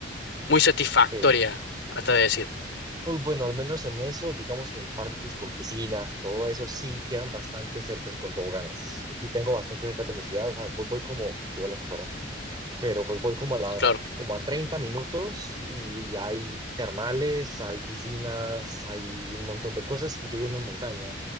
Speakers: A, on the left; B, on the right.
A: muy satisfactoria,
B: sí.
A: hasta decir.
B: Pues bueno, al menos en eso, digamos que en parques con piscinas y todo eso, sí quedan bastante cerca y con toboganes. Sí tengo bastante cerca de mi ciudad, o sea, voy, voy como, yo a las afueras, pero pues voy como a, la- a-
A: Claro,
B: como a 30 minutos y hay termales, hay piscinas, hay un montón de cosas y yo vivo en una montaña.